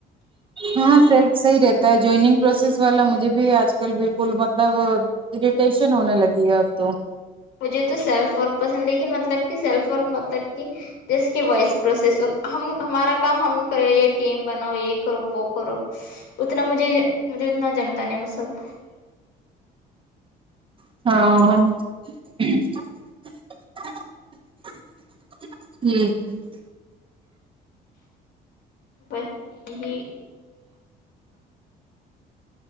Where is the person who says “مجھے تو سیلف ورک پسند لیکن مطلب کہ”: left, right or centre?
Left